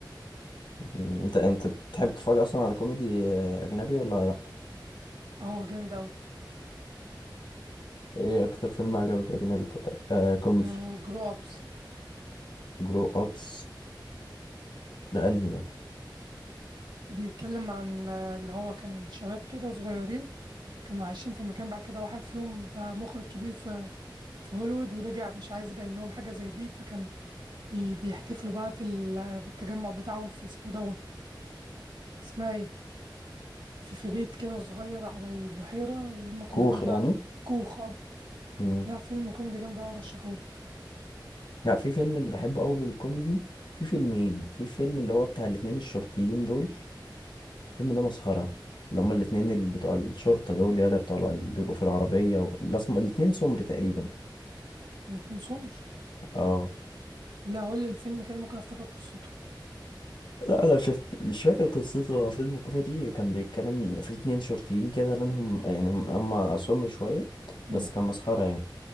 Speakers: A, on the left (about 70°); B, on the right (about 70°).
A: م، انت انت بتحب تتفرج اصلا على كوميدي آه، اجنبي ولا لا
B: اه جامد اوي
A: ايه اكتر فيلم عجبك اجنبي طيب؟ آه كوميدي
B: آه جرو ابس
A: جرو ابس ده انهي ده
B: بيتكلم عن آه، اللي هو كان شباب كده صغيرين كانوا عايشين في مكان بعد كده واحد فيهم بقى مخرج كبير في في هوليوود ورجع مش عايز يبين لهم حاجة زي دي فكان بي بيحتفلوا بقى في ال... بالتجمع بتاعهم في اسمه دون اسمها ايه في في بيت كده صغير على البحيرة وهم كلهم
A: كوخ
B: بقى
A: يعني
B: كوخ اه
A: مم.
B: لا فيلم كوميدي جامد أوي أرشحهولك
A: لا في فيلم اللي بحبه قوي بالكوميدي في فيلمين في فيلم اللي هو بتاع الاتنين الشرطيين دول الفيلم ده مسخرة اللي هما الاتنين اللي بتوع الشرطة دول يلا بتوع ال- اللي بيبقوا في العربية و... الأسم... الاتنين سمر تقريبا
B: متنسومش
A: اه
B: لا قول لي الفيلم كده ممكن أفتكر قصته
A: لا أنا شفت مش فاكر قصته هو فيلم كوميدي كان بيتكلم في اتنين شرطيين كده لأنهم يعني هم هما سمر شوية
B: مم.
A: بس كان مسخرة يعني